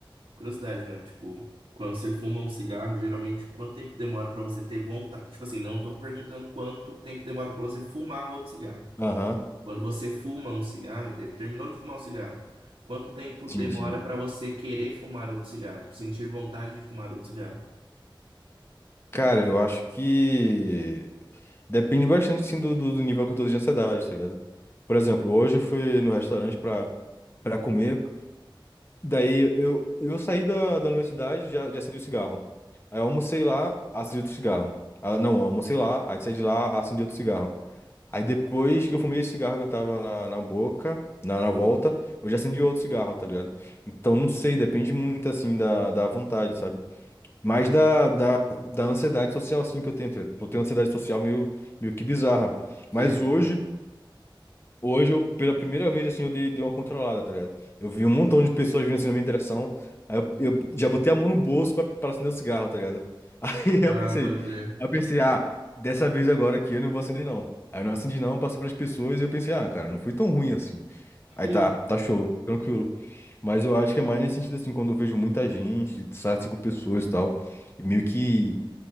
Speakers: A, on the right; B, on the left.
A: Curiosidade mesmo, tipo, quando você fuma um cigarro, geralmente quanto tempo demora pra você ter vontade? Tipo assim, não tô perguntando quanto tempo demora pra você fumar outro cigarro.
B: Aham.
A: Quando você fuma um cigarro, de- terminou de fumar um cigarro, quanto tempo
B: Sim,
A: demora
B: sim.
A: para você querer fumar outro cigarro? Tipo, sentir vontade de fumar outro cigarro?
B: Cara, eu acho que depende bastante assim do, do do nível que eu tô de ansiedade, tá ligado? Por exemplo, hoje eu fui no restaurante pra para comer Daí eu, eu saí da, da universidade já, já acendi o cigarro. Aí eu almocei lá, acendi outro cigarro. Ah, não, eu almocei lá, aí saí de lá, acendi outro cigarro. Aí depois que eu fumei esse cigarro que eu tava na, na boca, na, na volta, eu já acendi outro cigarro, tá ligado? Então não sei, depende muito assim da, da vontade, sabe? Mas
A: Foi.
B: da, da, da ansiedade social assim que eu tenho. tá ligado? Eu tenho ansiedade social meio, meio que bizarra.
A: Sei.
B: Mas hoje.
A: sei.
B: Hoje, eu, pela primeira vez, assim, eu dei, dei uma controlada, tá ligado? Eu vi um montão de pessoas vindo assim na minha direção. Aí eu, eu já botei a mão no bolso pra, pra acender o cigarro, tá ligado? <laughs> Aí
A: Ah,
B: eu pensei,
A: pode crer.
B: eu pensei, ah, dessa vez agora aqui eu não vou acender, não. Aí eu não acendi, não, passei pras pessoas e eu pensei, ah, cara, não foi tão ruim assim. Aí
A: Uhum.
B: tá, tá show, tranquilo. Mas eu acho que é mais nesse sentido, assim, quando eu vejo muita gente, sabe, cinco pessoas e tal, e meio que